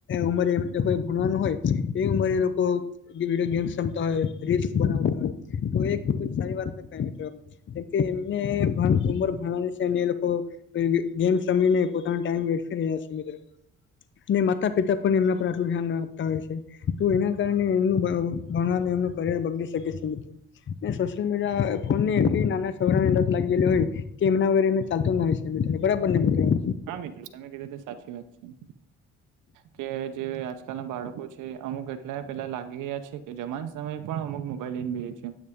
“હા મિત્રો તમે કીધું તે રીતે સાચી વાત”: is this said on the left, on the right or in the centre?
Right